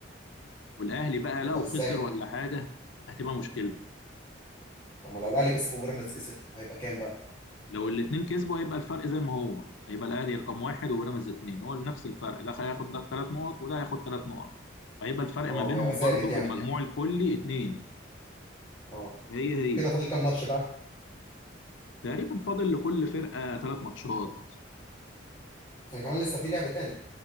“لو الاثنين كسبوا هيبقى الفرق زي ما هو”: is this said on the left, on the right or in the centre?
Left